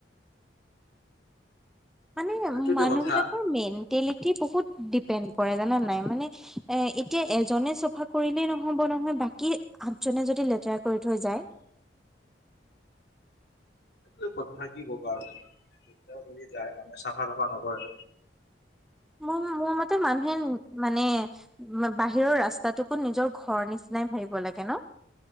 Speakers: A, in the centre; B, on the left.
A: মানে
B: সেইটোতো
A: মানুহবিলাকৰ
B: কথা
A: মেণ্টেলিটি বহুত ডিপেণ্ড কৰে জানা নাই মানে এ এতিয়া এজনে চফা কৰিলেই নহ'ব নহয় বাকী আঠজনে যদি কৰি থৈ যায়।
B: এই কথা কি ক'বা আৰু <unintelligible> যদি যায় মানে চাফা-তফা নকৰে
A: মোৰ মতে মানুহে মানে বাহিৰৰ ৰাস্তাতোকো নিজৰ ঘৰ নিচিনাই ভাবিব লাগে ন।